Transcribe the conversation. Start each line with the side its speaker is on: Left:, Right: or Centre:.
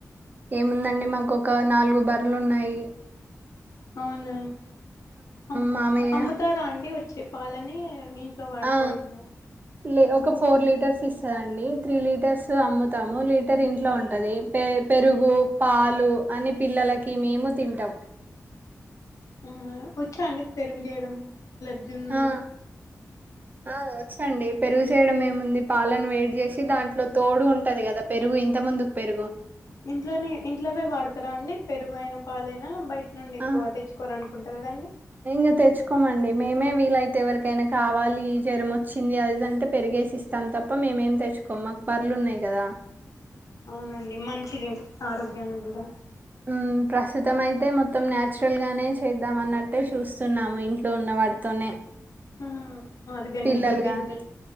Right: ఏముందండి మాకు ఒక నాలుగు బర్లున్నాయి
Left: అవునా అండి అమ్
Right: మామయ్య
Left: అమ్ముతారా అండి వచ్చే పాలని ఇంట్లో వాడుకోడమా
Right: ఆ లే ఒక ఫోర్ లీటర్స్ ఇస్తదండి త్రీ లీటర్స్ అమ్ముతాము లీటర్ ఇంట్లో ఉంటది పే పెరుగు పాలు అని పిల్లలకి మేము తింటాం
Left: ఆహ్ వచ్చాండి పెరుగు చేయడం ట్లా జున్ను
Right: ఆ ఆ వచ్చండి పెరుగు చేయడం ఏముంది పాలను వేడి చేసి దాంట్లో తోడు ఉంటది కదా పెరుగు ఇంత ముందుకు పెరుగు
Left: ఇంట్లోనే ఇంట్లవే వాడతారా అండి పెరుగైన పాలైనా బయట నుండి ఎక్కువ
Right: ఆ
Left: తెచ్చుకోరనుకుంటా కదండి
Right: ఇంగ తెచ్చుకోమండి మేమే వీలైతే ఎవరికైనా కావాలి జ్వరం వచ్చింది అదిదంటే పెరిగేసి ఇస్తాం తప్ ప్ప మేమేం తెచ్చుకోమ్ మాక్ బర్లున్నాయి కదా
Left: అవునండి మంచిది ఆరోగ్యానికి కూడా
Right: హ్మ్ ప్రస్తుతం అయితే మొత్తం న్యాచురల్ గానే చేద్దాం అన్నట్టే చూస్తున్నాము ఇంట్లో ఉన్నవాటీతో తోనే
Left: ఉమ్ ఆర్గానిక్
Right: పిల్లలు
Left: గా పెంచండి
Right: గాని